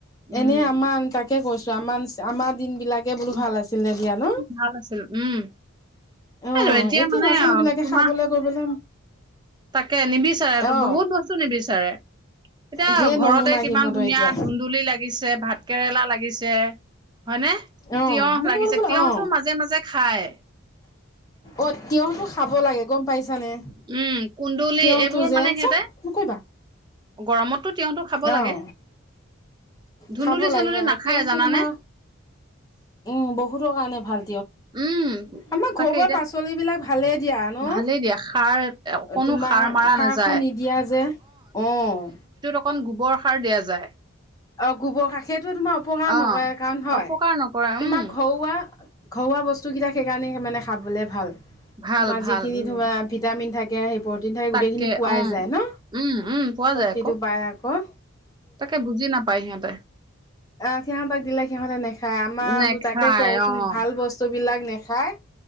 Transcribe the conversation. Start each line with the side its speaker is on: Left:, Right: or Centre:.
Right: উম
Left: এনে আমাৰ তাকে কৈছো আমাৰ আমাৰ দিন বিলাক তাকে বোলো
Right: উম,
Left: ভাল আছিল নে দিয়া ন
Right: ভাল আছিল উম
Left: অ',
Right: এই
Left: এতিয়া
Right: মানে
Left: ল'ৰা ছোৱালী
Right: অ,
Left: বিলাকে
Right: তোমাৰ
Left: খাবলৈ কৰিবলৈ
Right: তাকে নিবিচাৰে,
Left: অ
Right: বহুত বস্তু নিবিচাৰে এতিয়া
Left: ঢেৰ
Right: ঘৰতে
Left: নমুনা
Right: কিমান
Left: সিহঁতৰ
Right: ধুনীয়া
Left: এতিয়া
Right: ধুন্দুলি লাগিছে ভাত কেৰেলা লাগিছে হয়নে তিয়হ
Left: অ মোৰ
Right: লাগিছে
Left: বোলো
Right: তিয়হতটো
Left: অ
Right: মাজে, মাজে খাই
Left: অ', তেওঁতো খাব লাগে গম পাইছানে
Right: উম কুন্দুলি
Left: তিয়ঁহ
Right: এইবোৰ
Left: টো যে
Right: মানে
Left: <unintelligible>
Right: সিহঁতে গৰমততো তেওঁতটো খাব
Left: অহ
Right: লাগে ধুন্দুলি
Left: খাব লাগে
Right: চন্দুলি
Left: সেয়া
Right: নাখায়
Left: তিয়হটো
Right: জানানে
Left: তোমাৰ উম, বহুতৰ কাৰণে ভাল
Right: উম
Left: আমাৰ
Right: তাকে
Left: ঘৰুৱা
Right: এতিয়া
Left: পাচলিবিলাক ভালেই দিয়া ন
Right: ভালেই দিয়া সাৰ অকনো
Left: তোমাৰ
Right: সাৰ মাৰা
Left: খাৰ
Right: নাযায়
Left: খো নিদিয়া যে অ',
Right: অকণ গোবৰ সাৰ দিয়া যায়
Left: অ', গোবৰ কষ সেইটোৱে তোমাৰ অপকাৰ
Right: অ',
Left: নকৰে কাৰণ হয়
Right: অপকাৰ নকৰে,
Left: তোমাৰ
Right: উম,
Left: ঘৰুৱা ঘৰুৱা বস্তুকেইটা সেইকাৰণে মানে খাবলৈ ভাল
Right: ভাল
Left: তোমাৰ
Right: ভাল,
Left: যিখিনি
Right: উম,
Left: ভিটামিন থাকে সেই প্ৰটিন ঠাই
Right: তাকে,
Left: গোটেইখিনি পোৱাই
Right: উম,
Left: যায় ন
Right: উম, উম, পোৱা
Left: শক্তিটো
Right: যায় আকৌ,
Left: পায় আকৌ
Right: তাকে বুজি নাপায় সিহঁতে
Left: অ', সিহঁতক দিলে সিহঁতে নেখায় আমাৰ
Right: নেখায়
Left: তাকে কওক
Right: অ',
Left: ভাল বস্তু বিলাক নেখায়